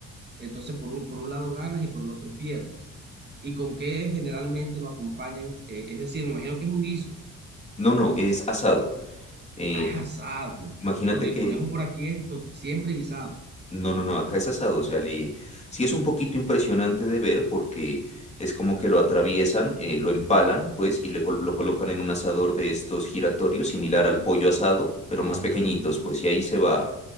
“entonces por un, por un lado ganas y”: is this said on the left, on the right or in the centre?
Right